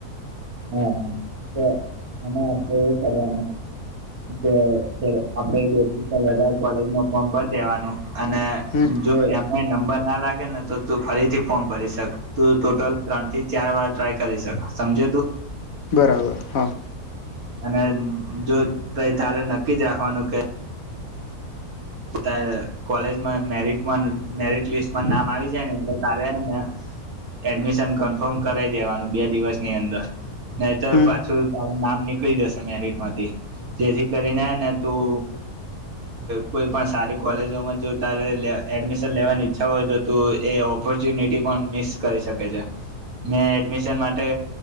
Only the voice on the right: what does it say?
હા હા તો અને આપડે એ કરવાનું કે આપણે <unintelligible> વધારે કોલેજ મા ફોર્મ પર દેવાનું અને
જો એમાય નંબર ના લાગે ને તો તું ફરીથી ફોર્મ ભરી શક તું ટોટલ ત્રણ થી ચાર વાર ટ્રાય કરી શક સમજયો તું
અને જો પઇ તારે નક્કી જ રાખવાનું કે ત કોલેજમાં મેરિટમા મેરિટ લિસ્ટમાં નામ આવી જાય ને એટલે તારેને એડમિશન કન્ફર્મ કરાવ દેવાનું બે દિવસની અંદર નહીતર
પાછું તારે નામ નીકળી જશે મેરીટ માંથી જેથી કરીને ને તું કોઈ પણ સારી કોલેજોમાં જો તારે એડમિશન લેવાની ઈચ્છા હોય તો તું એ ઓપોર્ચુનિટી પણ મિસ કરી શકે છે મેં એડમિશન માટે